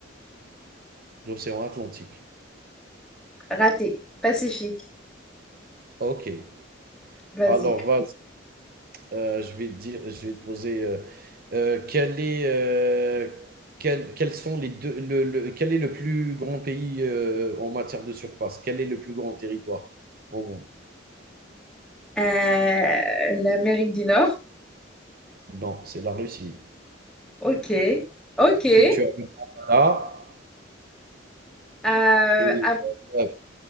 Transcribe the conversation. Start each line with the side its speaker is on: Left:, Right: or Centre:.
Right: L'océan Atlantique.
Centre: Raté. Pacifique.
Right: OK.
Centre: Vas-y.
Right: Alors vas-y, heu, je vais te dire je vais te poser, heu heu, quel est, heu, quels quels sont les 2, le le quel est le plus grand pays, heu, en matière de surface? Quel est le plus grand territoire au monde?
Centre: Euh, l'Amérique du Nord.
Right: Non, c'est la Russie.
Centre: Ok. Ok.
Right: Ensuite,
Centre: Euh,
Right: tu as le Canada
Centre: ah,
Right: et heu,